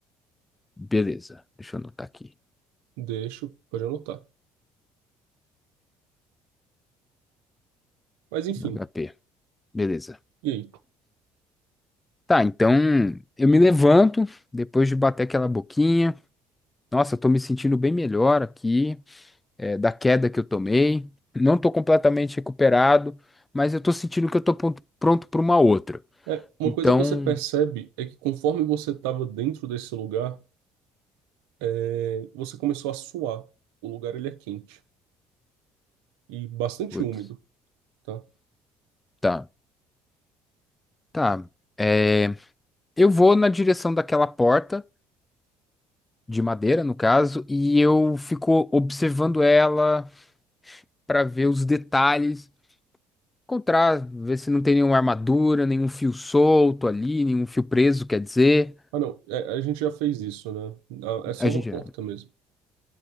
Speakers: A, on the left (about 20°); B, on the right (about 80°).
A: Beleza. Deixa eu anotar aqui.
B: Deixo, pode anotar. Mas enfim,
A: HP. Beleza.
B: e aí?
A: Tá, então eu me levanto depois de bater aquela boquinha. Nossa, eu tô me sentindo bem melhor aqui, é, da queda que eu tomei. Não tô completamente recuperado, mas eu tô sentindo que eu tô pon- pronto pra uma outra.
B: É, uma
A: Então,
B: coisa que você percebe é que conforme você estava dentro desse lugar é, você começou a suar. O lugar ele é quente e bastante
A: putz,
B: úmido, tá?
A: tá, tá. É, eu vou na direção daquela porta de madeira, no caso, e eu fico observando ela pra ver os detalhes Encontrar, ver se não tem nenhuma armadura, nenhum fio solto ali, nenhum fio preso, quer dizer.
B: Ah, não, é, a gente já fez isso, né? Ah, É só
A: A
B: uma
A: gente.
B: porta mesmo.